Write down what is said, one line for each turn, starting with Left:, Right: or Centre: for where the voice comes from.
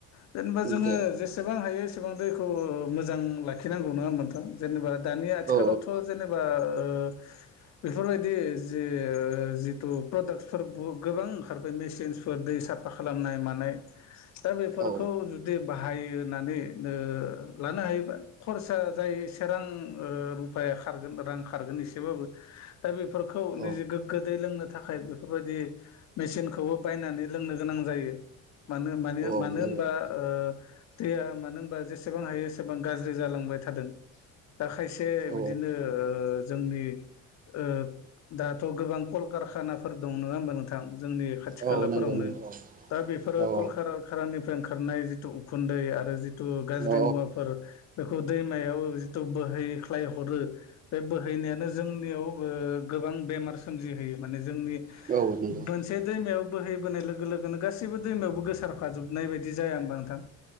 Left: जेनबा जोङो
Right: दे
Left: जेसेबां हायो एसेबां दैखौ मोजां लाखिनांगौ नङा ओनबा नोंथां जेनेबा दानि आथिखालावथ'
Right: औ
Left: जेनेबा ओ बेफोरबायदि जे--जितु प्रडाक्सफोरबो गोबां ओंखारबाय मेसिन सु दै सा खालामनाय मानाय दा बेफोरखौ
Right: औ
Left: जुदि बा हायो नानै नो ओ लानो हायोबा खरसा जाय सोरां ओ रुपाया खारगोन रां खारगोन इसेबो दा बेफ फोरखौ
Right: औ
Left: निजि गोग्गो दै लोंनो थाखाय बेफोरबायदि मेसिनखौबो बायनानै लों नो गोनां जायो मानो मानि
Right: औ औ
Left: मानो
Right: नंगौ
Left: होनबा ओ दैया मानो होनबा जेसेबां हायो एसेबां गाज्रि जालांबाय थादों दा खायसे
Right: औ
Left: बिदिनो ओ जोंनि ओ दाथ' गोबां कलकारखानाफोर दं नोङा ओनबा नोंथां जोंनि खाथि
Right: औ
Left: खालाफोरावनो
Right: नंगौ नंगौ
Left: दा बेफोरो
Right: औ
Left: कलखार खाराफोरनिफ्राय ओंखा खारनाय जितु उखुन्दै आरो जित तु गाज्रि
Right: औ
Left: मुवाफोर बेखौ दैमायाव जितु बोहैख्लाय हरो बे बोहैनायानो जोंनियाव ओ गोबां बेमार सोमजिहोयो माने जोंनि
Right: औ नंगौ
Left: मोनसे दैमायाव बोहैबोनाय लोग लोगोनो गासैबो दैमायावबो गोसारफाजोबनाय बायदि जाया होनबा नोंथां?